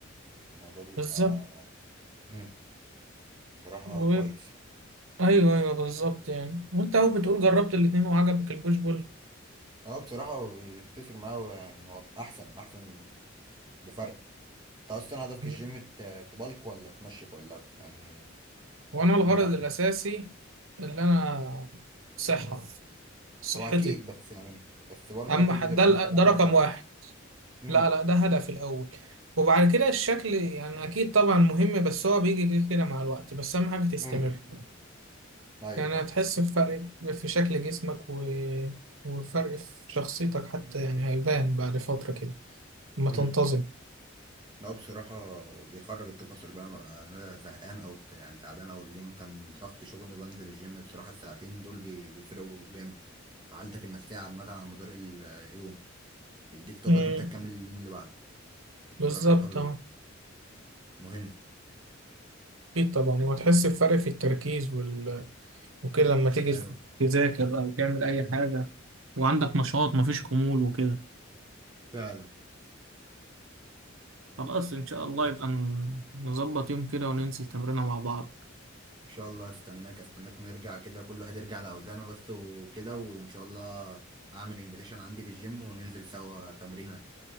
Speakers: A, on the right; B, on the right.
A: الموضوع بيبقى
B: بالظبط
A: امم بصراحه
B: و...
A: كويس
B: ايوه ايوه بالظبط يعني وانت اهو بتقول جربت الاتنين وعجبك البوش بول
A: اه بصراحه هو بي- بيختصر معاه هو يعني هو احسن احسن بفرق انت اصلا هدفك
B: مم.
A: الجيم ت- تبلك ولا تنشف ولا يعني
B: وانا الغرض
A: ايه من اهدافك
B: الاساسي اللي انا صحه صحتي
A: هو اكيد بس يعني بس برضه
B: اما
A: اكيد
B: حد
A: بتبقى
B: ده ال-
A: انت بقى
B: ده رقم
A: عندك هدف
B: واحد
A: امم
B: لا لا ده هدف الاول وبعد كده الشكل يعني اكيد طبعا مهم بس هو بيجي كده كده مع الوقت بس اهم حاجه تستمر
A: امم ايوه
B: يعني
A: فاهم
B: هتحس بفرق في شكل جسمك و... وفرق في شخصيتك حتى يعني هيبان بعد فترة كده لما
A: امم
B: تنتظم
A: لا بصراحة بيخرج الطاقة السلبية أنا ببقى- أنا زهقان أو ت- يعني تعبان أو اليوم كان ضغط شغل بنزل الجيم بصراحة الساعتين دول بي- بيفرقوا جامد في حالتك النفسية عامة على مدار ال- اليوم بيديك طاقة
B: امم
A: إن أنت تكمل اليوم اللي بعده بصراحة
B: بالظبط اه
A: مهم
B: اكيد طبعا وهتحس بفرق في التركيز وال... وكده لما تيجي
A: أيوه
B: تذاكر او تعمل اي حاجة وعندك نشاط مفيش خمول وكده
A: فعلا
B: خلاص ان شاء الله يبقى ن- نظبط يوم كده وننزل تمرينه مع بعض
A: ان شاء الله استناك استناك نرجع كده كل واحد يرجع لاوزانه بس وكده وان شاء الله اعمل انفيتيشن عندي في الجيم وننزل سوا تمرينه